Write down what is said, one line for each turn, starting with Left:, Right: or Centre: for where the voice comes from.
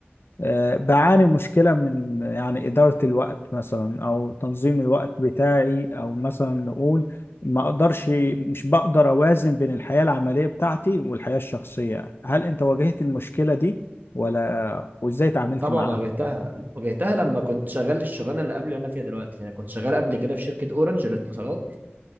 Left: آه، بعاني مشكلة من آه، يعني إدارة الوقت مثلا أو تنظيم الوقت بتاعي أو مثلا نقول ما أقدرش مش بقدر أوازن بين الحياة العملية بتاعتي والحياة الشخصية هل أنت واجهت المشكلة دي ولا وإزاي تعاملت
Right: طبعا
Left: معاها؟
Right: واجهتها واجهتها لما كنت شغال الشغلانة اللي قبل اللي انا فيها دلوقتي انا كنت شغال قبل كده في شركة اورنج للاتصالات